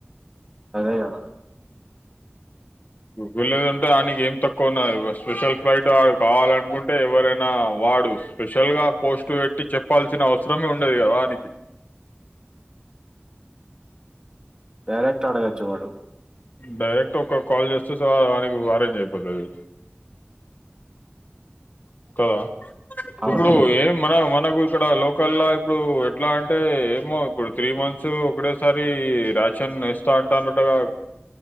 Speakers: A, on the right; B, on the left.
A: అదేగదా
B: వెళ్ళదుంటే ఆనికి ఏం తక్కువ ఉన్నది స్పెషల్ ఫ్లైట్ వాడు కావాలనుకుంటే ఎవరైనా వాడు స్పెషల్ గా పోస్ట్ పెట్టి చెప్పాల్సిన అవసరమే ఉండదు కదా వానికి
A: డైరెక్ట్ అడగచ్చు వాడు
B: డైరెక్ట్ ఒక కాల్ చేస్తే సో ఆనికి వరేంజ్ పోతది కదా
A: అవును
B: ఇప్పుడు ఏం మన మనకు ఇక్కడ లోకల్లా ఇప్పుడు ఎట్లా అంటే ఏమో ఇప్పుడు త్రీ మంత్స్ ఒకటేసారి రేషన్ ఇస్తా అంటాడన్నటగా